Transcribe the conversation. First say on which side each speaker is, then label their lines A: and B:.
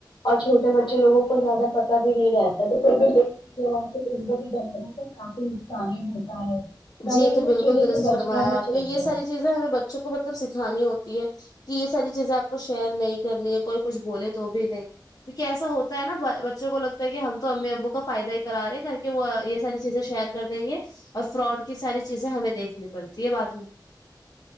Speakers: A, on the left; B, on the left.
A: اور چھوٹے بچے لوگوں کو زیادہ پتہ بھی نہیں رہتا تو کوئی بھی لنک <unintelligible> نقصانی ہی ہوتا ہے تو
B: جی
A: ہمیں یہ
B: تو بالکل
A: سب چیزوں
B: درست
A: سے بچنا
B: فرمایا
A: بھی
B: آپ
A: چاہیے
B: نے یہ ساری چیزیں ہمیں بچوں کو مطلب سکھانی ہوتی ہے کہ یہ ساری چیزیں آپ کو شیئر نہیں کرنی ہے کوئی کچھ بولے تو بھی نہیں کیونکہ ایسا ہوتا ہے نا بچوں کو لگتا ہے کہ ہم تو امی ابو کا فائدہ ہی کرا رہے ہیں کر کے وہ یہ ساری چیزیں شیئر کر دینگے اور فراڈ کی ساری چیزیں ہمیں دیکھنی پڑتی ہے بعد میں